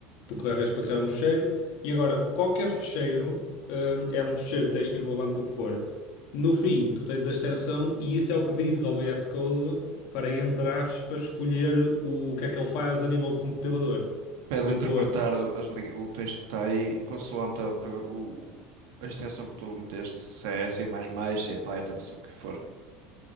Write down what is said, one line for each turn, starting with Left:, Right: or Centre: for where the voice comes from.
Left: tu carregas para criar um fecheiro, e agora, qualquer fecheiro, hum, é um fecheiro de texto irrelevante do que for. No fim, tu tens a extensão, e isso é o que diz ao VS Code para, entre aspas, escolher o, que é que ele faz a nível de compilador.
Right: Para
Left: Se
Right: ele interpretar
Left: for
Right: o as li- o texto que está aí, consoante a, o, a extensão que tu lhe meteste, se é C++, mais mais, se é Python, se o que for.